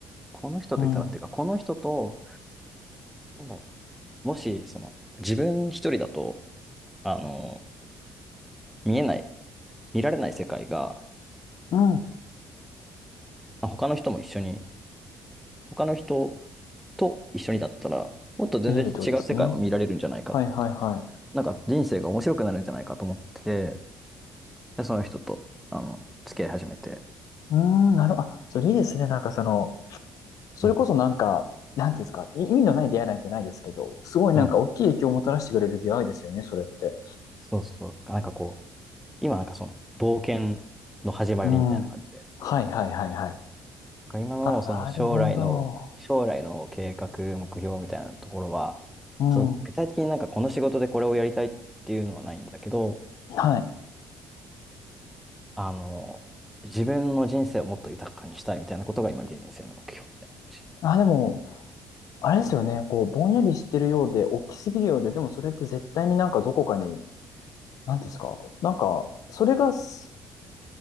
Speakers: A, in the centre; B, on the left.
A: この人といたらっていうか、
B: うん。
A: この人と、なんだろうもし、その、自分一人だと、あの、見えない、見られない世界が、
B: うん。
A: まあ他の人も一緒に、他の人と一緒にだったら、もっと全然違う世界も見られるんじゃないか、
B: 見れるってことですね。はいはいはい。
A: なんか人生が面白くなるんじゃないかと思って、でその人と、あの、付き合い始めて。
B: うーん、なるほど。あ、それいいですね。なんかその、それこそなんか、
A: うん。
B: なんていうんですか、い意味のない出会いなんてないですけど、すごいなんか大きい影響をもたらしてくれる出会いですよね、
A: うん。
B: それって。
A: そうそう。なんかこう、今なんかその、冒険の始まりみたいな感じで。
B: うん。はいはいはいはい。
A: か今のその将来の、
B: あ、なるほど。
A: 将来の計画、目標みたいなところは、
B: うん。
A: そう、具体的になんかこの仕事でこれをやりたいっていうのはないんだけど、
B: はい。
A: あの、自分の人生をもっと豊かにしたいみたいなことが今人生の目標みたいな感じ。
B: あ、でも、あれですよね、こう、ぼんやりしてるようで、大きすぎるようで、でもそれって絶対になんかどこかに、なんていうんですか、なんか、それがす